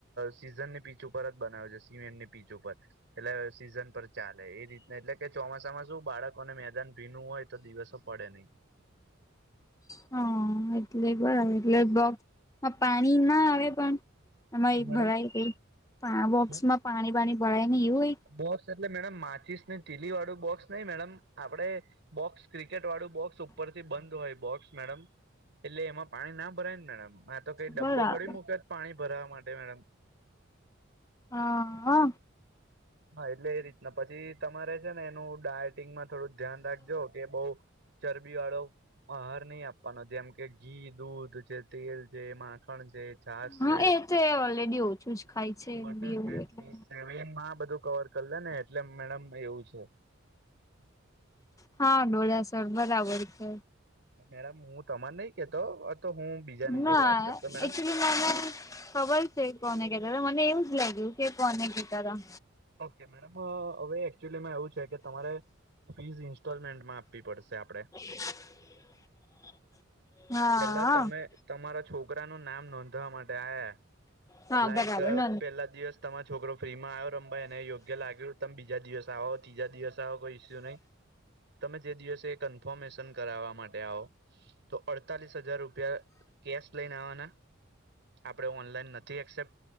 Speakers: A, on the right (about 60°); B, on the left (about 15°).
A: સીઝનની પીચ ઉપર જ બનાવે છે, સિમેન્ટની પીચ ઉપર એટલે સીઝન પર ચાલે એ રીતના એટલે કે ચોમાસામાં શું બાળકોને મેદાન ભીનું હોય તો દિવસો પડે નહી.
B: હા એટલે બરાબર એટલે બોક્સમાં પાણી ના આવે પણ, એમાં
A: શું
B: એક
A: મેડમ
B: ભરાય પા એ પણ આ બોક્સમાં
A: શું
B: પાણી બાણી ભરાય નઇ એવું હોય,
A: બોક્સ એટલે મેડમ માચીસને તીલી વાળું બોક્સ નહી, મેડમ આપડે બોક્સ ક્રિકેટ વાળું બોક્સ ઉપરથી બંધ હોય બોક્સ મેડમ એટલે એમાં પાણી ના ભરાય ને મેડમ આ તો કઈ
B: હોય
A: ડબ્બો
B: બરાબર
A: થોડી મૂકો છે પાણી ભરાવા માટે મેડમ
B: હા હ
A: હા એટલે એ રીતના પછી તમારે છે ને એનું ડાયટિંગમાં થોડું ધ્યાન રાખજો કે બહુ ચરબી વાળો, આહાર નહી આપવાનો જેમ કે ઘી, દૂધ છે, તેલ છે, માખણ છે, છાસ
B: હા
A: છે,
B: એ તો એ ઓલરેડી ઓછું જ ખાય છે એમ
A: બટર
B: બી એવું
A: એન્ડ
B: એટલે
A: ચિઝ, હેવીમાં બધું કવર કરી લે ને એટલે મેડમ એવું છે.
B: હા ડોડાસર બરાબર છે.
A: મેડમ હું તમાન નહી કહેતો આ તો હું, બીજાની
B: ના
A: જોડ વાત કરતો મેડમ
B: એકચ્યુલી મને, ખબર છે કોને ખેંચાતા, મને એવું જ કે કોને કેતાતા,
A: ઓકે મેડમ હવે એકચ્યુલી માં એવું છે કે તમારે ફીસ ઇન્સ્ટોલમેન્ટમાં આપવી પડશે આપણે,
B: હા હા
A: પેલા તમે તમારા છોકરાનું નામ નોંધવા માટે આયા,
B: હા
A: લાઈક
B: બરાબર ન
A: પેલા દિવસ તમારો છોકરો ફ્રીમાં આવ્યો રમવાા એને યોગ્ય લાગ્યું, તમે બીજા દિવસ આવો, તિજા દિવસ આવો કોઈ ઈસ્યુ નહીં. તમે જે દિવસે એ કન્ફર્મેશન કરાવવા માટે આવો. તો અડતાલીસ હજાર રૂપિયા કેશ લઈને આવવાના, આપણે ઓનલાઈન નથી એક્સેપ્ટ,